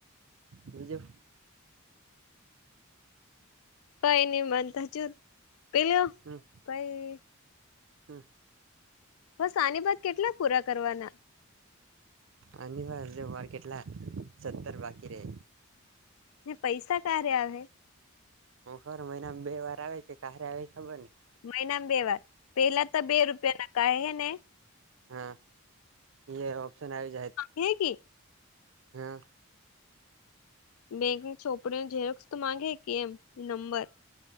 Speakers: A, on the right; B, on the left.
A: બીજુ.
B: કઈ નહી મનતાજું પેલ્યો
A: હમ
B: કઈ
A: હમ.
B: બસ આની બાત કેટલા પૂરા કરવાના.
A: આ વાજ ઉ વાર કેટલા સત્તર બાકી રહે.
B: ને પૈસા ક્યારે આવે.
A: હું ખબર મહિનામાં બે વાર આવે કે કારે આવે ખબર નહી.
B: મહિનામાં બે વાર પેલા તો બે રૂપિયા ના કહે હે ને.
A: હા એ ઓપ્શન આવી જાય.
B: હે કે.
A: યાર.
B: બેંકની છોપરીઓ ઝેરોક્ષ તો માંગે કે એમ નંબર